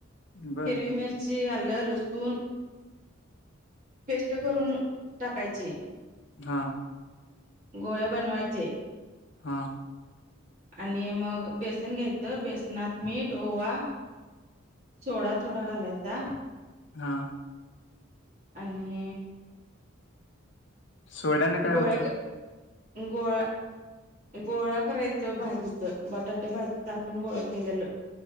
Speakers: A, on the left; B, on the right.
A: बर
B: हिरवी मिरची आलं लसण पेस्ट करून टाकायची
A: हा
B: गोळे बनवायचे
A: हा
B: आणि मग बेसन घ्यायचं बेसनात मीठ ओवा सोडा थोडा घालायचा
A: हा
B: आणि
A: सोळ्याने काय
B: गोळ्या
A: होतं
B: गोळा गोळा करायचं भाजीच बटाट्या भाजीच आपण गोळा केलेलं